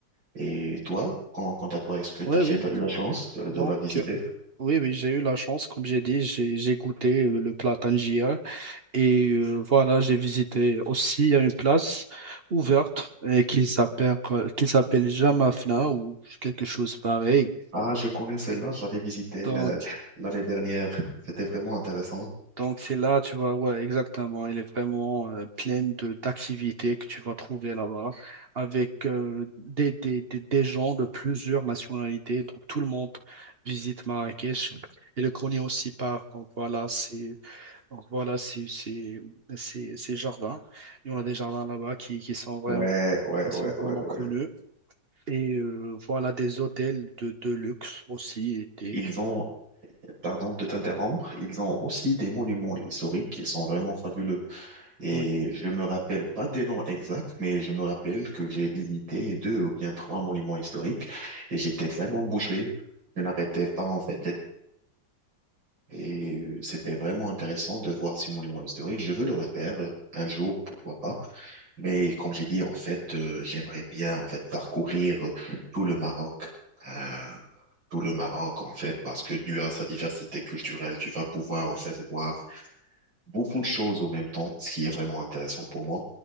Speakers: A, on the right; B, on the right.
A: Et toi, quand- quant à toi, est-ce que tu
B: Oui,
A: as
B: oui.
A: déjà eu la chance de,
B: Donc,
A: de la visiter?
B: euh, oui, oui, j'ai eu la chance, comme j'ai dit, j'ai j'ai goûté euh, le plat tangier. Et euh, voilà, j'ai visité aussi, il y a une place ouverte euh, qui s'appelle euh, qui s'appelle Jamafna ou quelque chose pareil.
A: Ah, je connais celle-là, je l'avais visitée
B: Donc,
A: le- l'année dernière. C'était vraiment intéressant.
B: Donc c'est là, tu vois, ouais, exactement. Il est vraiment euh, plein de d'activités que tu vas trouver là-bas, avec euh, des, des, des, des gens de plusieurs nationalités. Donc tout le monde visite Marrakech. Et le connaît aussi par, donc voilà, c'est donc voilà, c'est c'est c'est ces jardins. Et on a des jardins là-bas qui, qui sont vraiment
A: Ouais, ouais,
B: qui
A: ouais,
B: sont
A: ouais,
B: vraiment
A: ouais.
B: connus. Et euh, voilà des hôtels de, de luxe aussi. et des-
A: Ils ont, pardon de t'interrompre, ils ont aussi des monuments historiques qui sont vraiment fabuleux. Et
B: oui.
A: je me rappelle pas des noms exacts, mais je me rappelle que j'ai visité deux ou bien trois monuments historiques et j'étais vraiment bouche bée. Je n'arrêtais pas en fait Et euh, c'était vraiment intéressant de voir ces monuments historiques. Je veux le refaire euh, un jour, pourquoi pas. Mais comme j'ai dit, en fait, euh, j'aimerais bien en fait parcourir euh, tout le Maroc, euh, tout le Maroc en fait, parce que dû à sa diversité culturelle, tu vas pouvoir en fait voir beaucoup de choses en même temps, ce qui est vraiment intéressant pour moi.